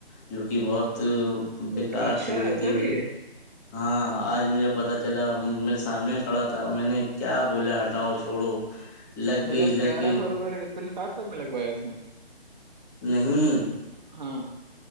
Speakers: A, on the left (about 15°); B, on the right (about 45°).
A: جو کہ بہت بیکار
B: ہے اچھا
A: سی ہوتی
B: ایسا بھی
A: ہے ہاں آج مجھے پتتا چلا میرے سامنے کھڑا تھا تھا میں نے کیا بول ہٹاؤ چھوڑو لگ
B: مطلب
A: گئی لگ
B: گیارہ
A: گئی
B: سو روپئے لس سا سب میں لگوایا اس میں
A: نہیں
B: ہاں